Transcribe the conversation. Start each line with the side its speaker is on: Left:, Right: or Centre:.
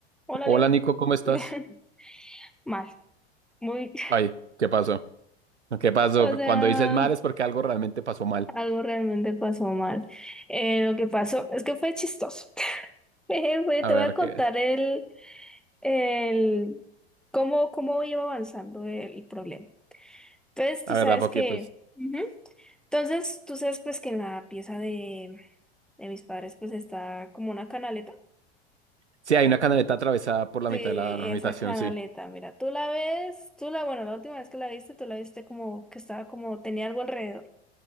Centre: Hola,
Right: Hola
Centre: Leo.
Right: Nico, ¿cómo estás?
Centre: <laughs> Mal, muy,
Right: Ay, ¿qué pasó? ¿Qué pasó?
Centre: <laughs> o sea,
Right: Cuando dices mal es porque algo realmente pasó mal.
Centre: algo realmente pasó mal. Eh, lo que pasó es que fue chistoso. <laughs> Eh, fue-
Right: A
Centre: te
Right: ver,
Centre: voy a contar
Right: qué,
Centre: el, el, cómo, cómo iba avanzando el problema. Entonces, tú
Right: a
Centre: sabes
Right: ver, da poquitos.
Centre: que, Ujú. entonces, tú sabes pues que en la pieza de, de mis padres pues está como una canaleta.
Right: Sí, hay una canaleta atravesada por la
Centre: Sí,
Right: mitad
Centre: esa
Right: de la habitación,
Centre: canaleta,
Right: sí.
Centre: mira, tú la ves, tú la, bueno, la última vez que la viste, tú la viste como que estaba como, tenía algo alrededor.